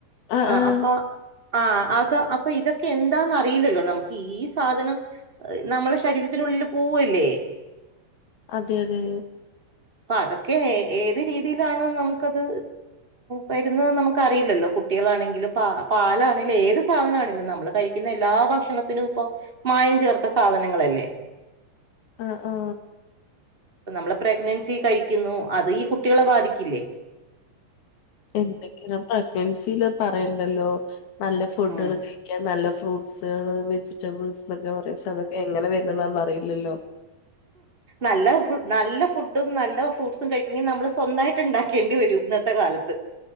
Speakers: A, on the left; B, on the right.
A: ആഹ്
B: ആ
A: ആഹ്
B: അപ്പൊ ആ അതാ അപ്പൊ ഇതൊക്കെയെന്താന്നറിയില്ലല്ലോ നമുക്ക് ഈ സാധനം നമ്മൾടെ ശരീരത്തിനുള്ളില് പോവല്ലെ
A: അതെയതെ
B: അപ്പതൊക്കെ ഏത് രീതിയിലാണ് നമ്മുക്കത് വരുന്നത് നമുക്കറിയില്ലല്ലോ കുട്ടികളാണെങ്കിലും പ പാലാണെലും ഏത് സാധനാണെലും നമ്മള് കഴി ക്കുന്നെല്ലാ ഭക്ഷണത്തിനുപ്പൊ മായം ചേർത്ത സാധനങ്ങളല്ലേ
A: ആ ആ
B: പ്പ നമ്മള് പ്രെഗ്നന്റ്സി കഴിക്കുന്നു അത് ഈ കുട്ടികളെ ബാധിക്കില്ലേ
A: എന്തെങ്കിലും പ്രഗ്നൻസില് പറയണ്ടല്ലോ നല്ല ഫുഡ്ഡ്കള്
B: ഉം
A: കയിക്കാൻ നല്ല ഫ്രൂട്ട്സ്കള് വെജിറ്റബിൾസ് എന്നൊക്കെ പറയും പക്ഷതൊക്കെങ്ങനെ വരുന്നതാന്നറിയില്ലല്ലോ.
B: നല്ല ഫു നല്ല ഫുഡും നല്ല ഫ്രൂട്ട്സും കഴിക്കണെങ്കി നമ്മള് സ്വന്തമായിട്ട്ണ്ടാക്കേണ്ടി വരും ഇന്നത്തെ കാലത്ത്